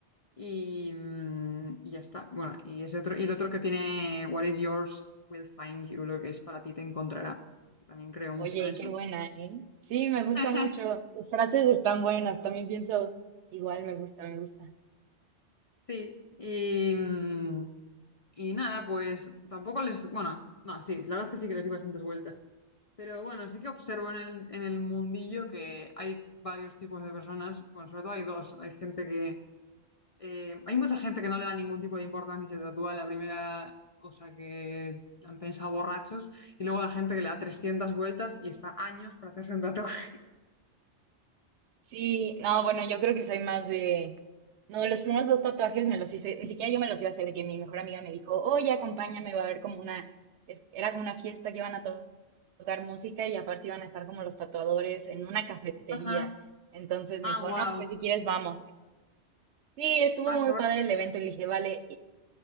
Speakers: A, on the left; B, on the right.
A: Y, mm, y ya está. Bueno, y ese otro, y el otro que tiene What is yours will find you, lo que es para ti te encontrará. También creo mucho
B: Oye,
A: en eso.
B: qué buena, ¿eh? Sí, me gusta
A: <laughs>
B: mucho. Tus frases están buenas, también pienso, igual me gusta, me gusta.
A: Sí, y, mm, y nada, pues tampoco les, bueno, no, sí, la verdad es que sí que les di bastantes vueltas, pero bueno, sí que observo en el, en el mundillo que hay varios tipos de personas, bueno, sobre todo hay dos, hay gente que, eh, hay mucha gente que no le da ningún tipo de importancia y se tatúa la primera cosa que han pensado borrachos, y luego la gente que le da 300 vueltas y está años para hacerse un tatuaje.
B: Sí, no, bueno, yo creo que soy más de... No, los primeros dos tatuajes me los hice, ni siquiera yo me los iba a hacer, de que mi mejor amiga me dijo, oye, acompáñame, va a haber como una, es- era como una fiesta que iban a to- tocar música y aparte iban a estar como los tatuadores en una cafetería.
A: Ajá,
B: Entonces
A: ah,
B: me dijo,
A: wow,
B: no, pues si quieres vamos. Sí, estuvo
A: ah,
B: muy
A: sobre...
B: padre el evento y le dije, vale. Y,